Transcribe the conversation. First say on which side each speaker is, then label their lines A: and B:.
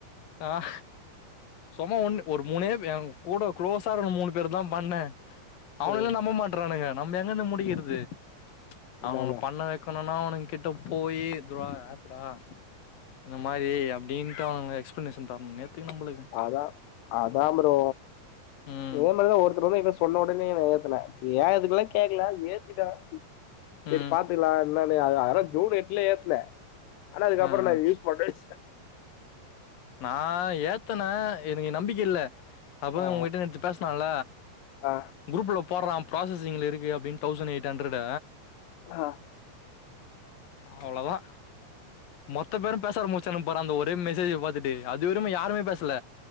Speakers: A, on the left (about 55°); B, on the left (about 80°).
A: ஆ சும்மா ஒண்ணு ஒரு மூணே பே எ கூட குளோஸா இருக்குற மூணு பேரு தா பண்ணே அவனுகல்லா
B: ம்
A: நம்ப மாட்டறானுங்க நம்ம எங்கந்து முடிக்குறது
B: அதான
A: அவனுங்கல பண்ண வெ வெக்கனோனா அவனு கிட்ட போயி தோ ஆப்பு டா இந்த மாரி அப்டீன்ட்டு அவங்க எக்ஸ்ப்ளனேசன் தர்ணோ நேத்து நம்பள
B: அதா அதா ப்ரோ
A: ம்
B: இனிமேல்தா ஒருத்தரு வந்து என்ட்ட சொன்ன ஒடனே நா ஏத்தன ஏ எதுக்குல்லா கேக்கல ஏத்திட்ட செரி
A: ம்
B: பாத்துக்குலா என்னானு அ வர ஜூனு எட்டுல ஏத்துனே ஆனா அதுக்கப்றோ
A: ஆ ஆ
B: நா யூஸ் படைஸ
A: நா ஏத் தன எனக்கு நம்பிக்க இல்ல அப்ப
B: ஆ
A: உங்ககிட்ட நேத்து பேசுனால
B: ஆ
A: குரூப்ல போட்றா ப்ராசஸிங்ல இருக்கு அப்டின் தௌசண்ட் எயிட்ஹண்ட்ரட
B: ஹ
A: அவ்ளதா மொத்த பேரு பேச ஆரம்முச்சானுங்க பாரு அந்த ஒரே மெசேஜ பாத்துட் அது வரியுமே யாருமே பேசல